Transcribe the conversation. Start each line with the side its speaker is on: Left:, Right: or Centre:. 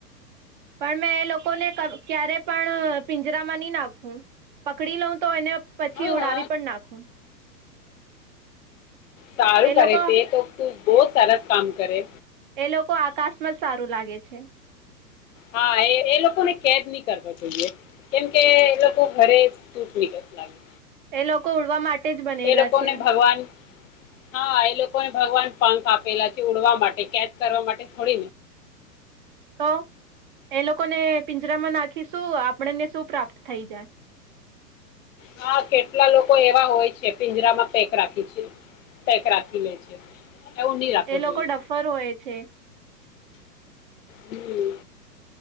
Right: પણ મેં એ લોકોને ક્યારે પણ પિંજરામાં નહી નાખું પકડી લઉં તો એને પછી
Left: હા
Right: ઉડાવી પણ નાખું.
Left: સારું
Right: એ
Left: કરે
Right: લોકો
Left: તે તો તું બહુ સરસ કામ કરે.
Right: એ લોકો આકાશમાં જ સારું લાગે છે.
Left: હા એ એ લોકોને કેદ નહી કરવા જોઈએ કેમકે એ લોકો ઘરે સૂખની લાગે.
Right: એ લોકો ઉડવા માટે જ બનેલા
Left: એ લોકોને
Right: છે.
Left: ભગવાન હા એ લોકોને ભગવાન પાંખ આપેલા છે ઉડવા માટે કેદ કરવા માટે થોડીને.
Right: તો એ લોકોને પિંજરામાં નાખી શું આપણને શું પ્રાપ્ત થઈ જાય.
Left: હા કેટલા લોકો એવા હોય છે પિંજરામાં પેક રાખી છે પેક રાખી લે છે એવું નહી રાખવું
Right: એ લોકો
Left: જોઈએ
Right: ડફર હોય છે.
Left: હમ